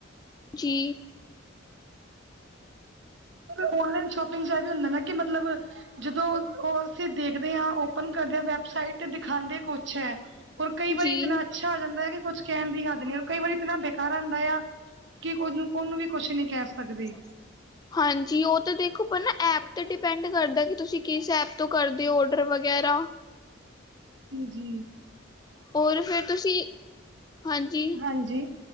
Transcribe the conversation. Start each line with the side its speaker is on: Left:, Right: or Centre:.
Left: ਜੀ
Right: ਪਰ ਔਨਲਾਈਨ ਸ਼ੋਪਿੰਗ ਚ ਇਹ ਵੀ ਹੁੰਦਾ ਨਾ ਕਿ ਮਤਲਬ- ਜਦੋਂ ਉਹ ਅਸੀਂ ਦੇਖਦੇ ਹਾਂ ਓਪਨ ਕਰਦੇ ਹਾਂ ਵੈਬਸਾਈਟ ਤੇ ਦਿਖਾਉਂਦੇ ਕੁਛ ਹੈ- ਔਰ ਕਈ ਵਾਰੀ
Left: ਜੀ
Right: ਇਤਨਾ ਅੱਛਾ ਆ ਜਾਂਦਾ ਆ ਕੁੱਝ ਕਹਿਣ ਦੀ ਹੱਦ ਨੀ, ਹੋਰ ਕਈ ਵਾਰੀ ਇਤਨਾ ਬੇਕਾਰ ਆੁੰਂਦਾ ਆ- ਕੀ ਕੁੂੰ ਉਹਨੂੰ ਵੀ ਕੁਛ ਨੀ ਕਹਿ ਸਕਦੀ।
Left: <inaudible> ਹਾਂਜੀ ਉਹ ਤਾਂ ਦੇਖੋ ਪਹਿ ਨਾ ਐਪ ਤੇ ਡਿਪੈਂਡ ਕਰਦਾ ਕਿ ਤੁਸੀਂ ਕਿਸ ਐਪ ਤੋਂ ਕਰਦੇ ਹੋ ਔਡਰ ਵਗੈਰਾ।
Right: ਨਾਜੀ-
Left: ਹੋਰ ਫੇਰ ਤੁਸੀਂ, ਹਾਂਜੀ,
Right: ਹਾਂਜੀ